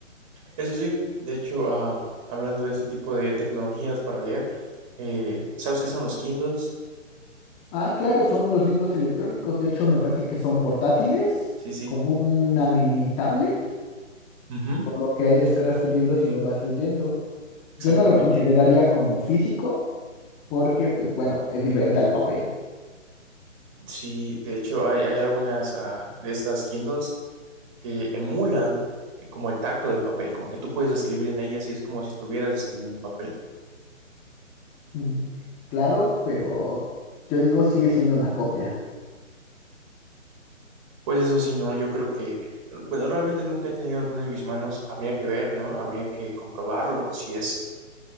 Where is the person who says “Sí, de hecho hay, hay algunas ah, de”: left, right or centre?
Right